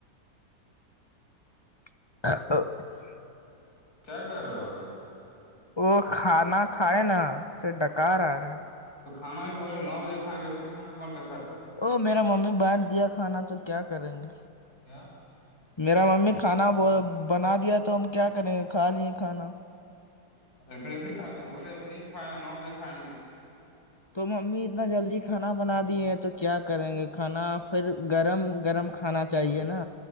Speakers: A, on the left (about 40°); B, on the left (about 70°).
A: <inaudible>
B: کیا کر رہے ہو
A: وہ کھانا کھائے نا سے ڈکار آ رہا ہے
B: تو کھانا بھی بولے نو بجے کھائیں گے پھر کھانا کون سا کھا لیجیے
A: او میرا ممی بانٹ دیا کھانا تو کیا کریں گے
B: کیا
A: میرا ممی کھانا بنا دیا تو ہم کیا کریں گے کھا لیے کھانا <inaudible>
B: اچھا جب بھی کھایا بولے اھی نہیں کھائے ہیں نو بجے کائیں گے
A: تو ممی اتنا جلدی کھانا بنا دی ہے تو کیا کریں گے کھانا پھر گرم گرم کھانا چاہیے نا